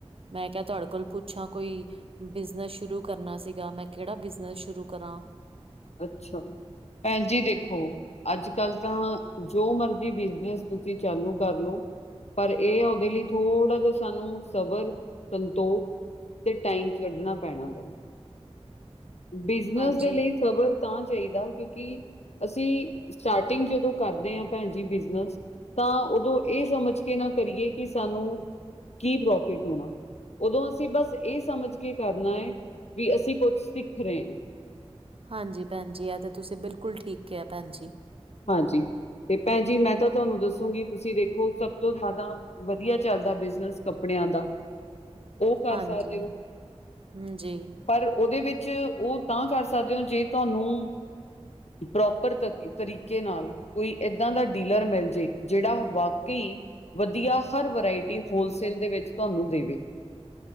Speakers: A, on the right; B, on the left.
A: ਮੈਂ ਕਿਹਾ ਤੁਹਾਡੇ ਕੋਲ ਪੁੱਛਾਂ ਕੋਈ। ਬਿਜਨਸ ਸ਼ੁਰੂ ਕਰਨਾ ਸੀਗਾ ਮੈਂ ਕੇੜਾ ਬਿਜਨਸ ਸ਼ੁਰੂ ਕਰਾਂ।
B: ਅੱਛਾ, ਪੈਨ ਜੀ ਦੇਖੋ। ਅੱਜ- ਕੱਲ ਤਾਂ ਜੋ ਮਰਜ਼ੀ ਬਿਜਨਸ ਤੁਸੀਂ ਚਾਲੂ ਕਰ ਲੋ। ਪਰ ਏਹ ਆ ਔਦੇ ਲਈ ਥੋੜ੍ਹਾ ਜਿਹਾ ਸਾਨੂੰ ਸਬਰ ਸੰਤੋਖ ਤੇ ਟਾਈਮ ਲੱਗਨਾਂ ਪੈਣਾ ਵਾ। ਬਿਜਨਸ
A: ਹਾਂਜੀ
B: ਦੇ ਲਈ ਸੱਬਰ। ਤਾਂ ਚਾਹੀਦਾ ਕਿਉਂਕਿ ਅਸੀਂ ਸਟਾਰਟਿੰਗ ਜਦੋਂ ਕਰਦੇ ਆਂ ਪੈਨ ਜੀ ਬਿਜਨਸ। ਤਾਂ ਔਦੋਂ ਏਹ ਸਮਝ ਕੇ ਨਾ ਕਰੀਏ ਕਿ ਸਾਨੂੰ ਕੀ ਪ੍ਰੋਫਿਟ ਹੋਣਾ ਔਦੋਂ ਅਸੀਂ ਬਸ ਏਹ ਸਮਝ ਕੇ ਕਰਨਾ ਏ ਵੀ ਅਸੀਂ ਕੁਛ ਸਿੱਖ ਰਹੇ ਆਂ।
A: ਹਾਂਜੀ ਪੈਨਜੀ ਐ ਤਾਂ ਤੁਸੀਂ ਬਿਲਕੁਲ ਠੀਕ ਕਿਹਾ ਪੈਨਜੀ।
B: ਹਾਂਜੀ ਤੇ ਪੈ ਨ ਜੀ ਮੈਂ ਤਾਂ ਤੁਹਾਨੂੰ ਦੱਸੂੰਗੀ ਤੁਸੀਂ ਦੇੇਖੋ ਸਭ ਤੋਂ ਹਾਦਾ। ਵਧੀਆ ਚੱਲਦਾ ਬਿਜਨਸ ਕੱਪੜਿਆਂ ਦਾ। ਔਹ ਕਰ
A: ਹਾਂਜੀ
B: ਸਾਕਦੇ ਔ
A: ਹਮ ਜੀ
B: ਪਰ ਔਦੇ ਵਿੱਚ ਔ ਤਾਂ ਕਰ ਸਕਦੇ ਔ ਜੋ ਤੁਹਾਨੂੰ। ਪ੍ਰੋਪਰ ਤਰੀਕੇ ਨਾਲ। ਕੋਈ ਏਦਾਂ ਦਾ ਡੀਲਰ ਮਿਲ ਜਯੇ ਜੇੜਾ ਵਾਕੈ ਈ। ਵਧੀਆ ਹਰ ਵਰਾਇਟੀ ਹੋਲਸੇਲ ਦੇ ਵਿੱਚ ਤੁਹਾਨੂੰ ਦੇਵੇ।